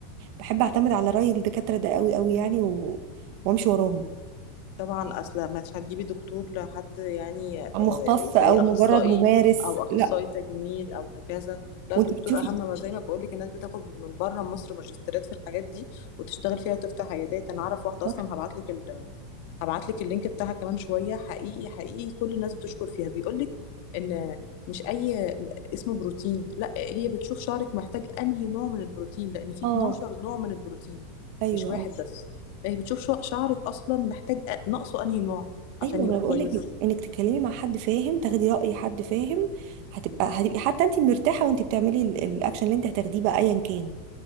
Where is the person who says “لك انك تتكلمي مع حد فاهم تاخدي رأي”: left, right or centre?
Right